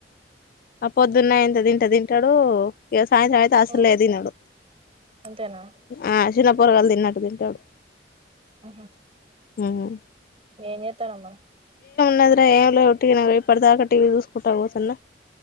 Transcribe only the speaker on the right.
ఆ,
అంతేనా
ఊహు
ఎం చేతన్నావ్ మరి